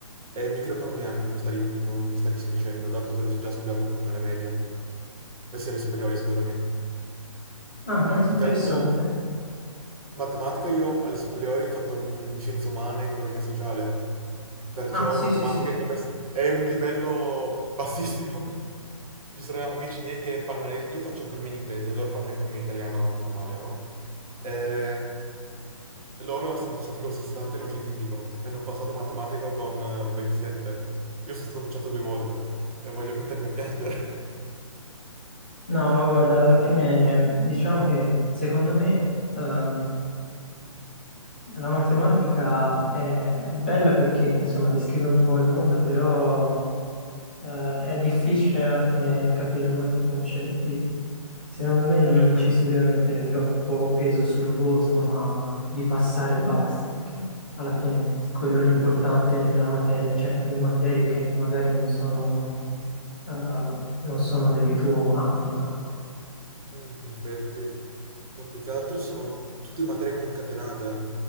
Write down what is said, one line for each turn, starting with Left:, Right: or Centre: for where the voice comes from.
Right: e microeconomia non mi sta, di- non mi sta dispiacendo, dato che l'ho già studiato un pochino alle medie, eh sì, alle superiori, scusami.
Left: Ah, molto
Right: E più
Left: interessante.
Right: che altro matematica io alle superiori ho fatto un scienze umane e economia sociale, perciò
Left: Ah, sì,
Right: matematica
Left: sì, sì, sì.
Right: è, come s- è un livello bassissimo. <laughs> Ci sono amici miei che fanno... le- Io faccio economia in inglese, loro fanno economia in italiano normale, no? E loro sono passati col 60 in uno scientifico e hanno passato matematica con eh, 27. Io sono stato bocciato due volte e voglio mettermi a piangere. <laughs>
Left: No, ma guarda,
Right: Oh.
Left: alla fine diciamo che secondo me ehm, La matematica è, è bella perché, insomma, descrive un po' il mondo, però eh, è difficile alla fine capire molti concetti. Secondo
Right: Mm.
Left: me non ci si deve mettere troppo peso sul voto, ma di passare e basta, perché alla fine quello è l'importante nella materia, cioè in materie che magari non sono, eh, non sono del tuo ambito. ecco.
Right: Mm, in effetti, no, più che altro sono tutte materie concatenate,